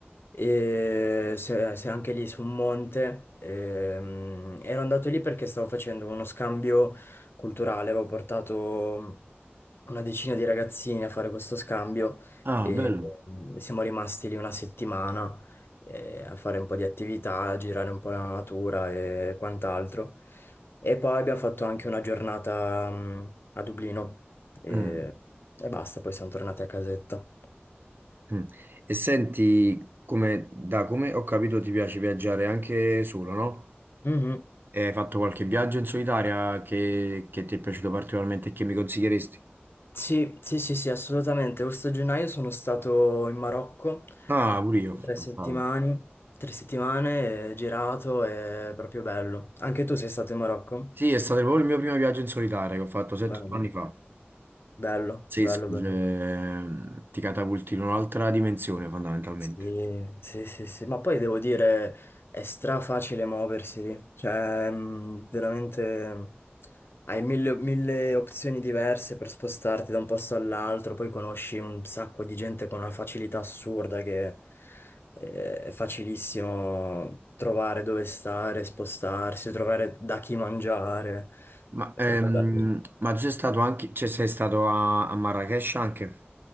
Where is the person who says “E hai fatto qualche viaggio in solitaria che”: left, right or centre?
Right